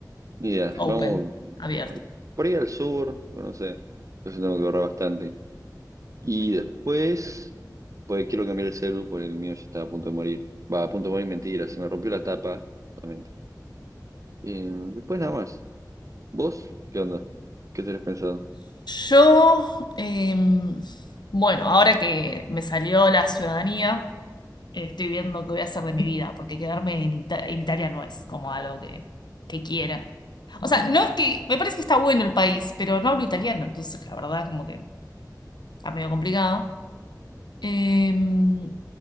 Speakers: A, on the right; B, on the left.
A: Ni idea,
B: Open,
A: vamos
B: abierto.
A: a- por ahí al sur, no sé, entonces tengo que ahorrar bastante. Y después, pues quiero cambiar el celu porque el mío ya está a punto de morir. Va, a punto de morir, mentira, se me rompió la tapa, solamente. Eh, después nada más. ¿Vos qué onda? ¿Qué tenés pensado?
B: Yo, em, bueno, ahora que me salió la ciudadanía. eh, estoy viendo qué voy a hacer de mi vida, porque quedarme en, Ita- en Italia no es como algo que, que quiera. O sea, no es que, me parece que está bueno el país, pero no hablo italiano, entonces la verdad como que está medio complicado. Em,